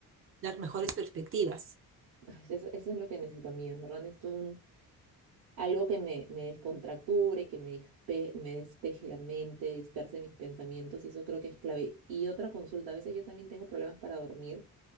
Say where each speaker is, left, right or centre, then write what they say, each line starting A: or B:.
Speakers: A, on the right; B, on the right.
A: dar mejores perspectivas.
B: Ay, Eso, eso es lo que necesito a mí, en verdad. Necesito un, algo que me, me descontracture, que me, dispe- me despeje la mente, disperse mis pensamientos, y eso creo que es clave. Y otra consulta, a veces yo también tengo problemas para dormir,